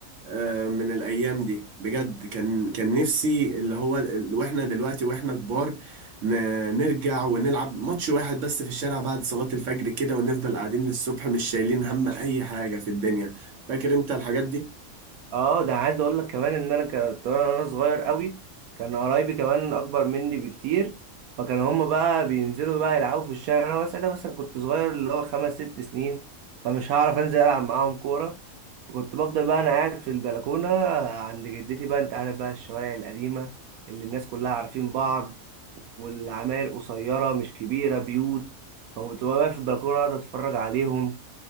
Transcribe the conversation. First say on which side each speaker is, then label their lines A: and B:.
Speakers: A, on the right; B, on the right.
A: آه، من الايام دي بجد كان كان نفسي اللي هو ال- واحنا دلوقتي واحنا كبار ن- نرجع ونلعب ماتش واحد بس في الشارع بعد صلاة الفجر كده ونفضل قاعدين للصبح مش شايلين هم اي حاجة في الدنيا فاكر انت الحاجات دي
B: اه ده عايز اقول لك كمان ان انا كنت وانا صغير قوي كان قرايبي كمان اكبر مني بكتير فكان هما بقى بينزلوا بقى يلعبوا في الشارع انا ساعتها مثلا كنت صغير اللي هو خمس ست سنين فمش هعرف انزل العب معاهم كوره فكنت بفضل بقى انا قاعد في البلكونه عند جدتي بقى انت عارف بقى الشوارع القديمه اللي الناس كلها عارفين بعض والعماير قصيره مش كبيره بيوت فكنت بقى واقف في البلكونه اقعد اتفرج عليهم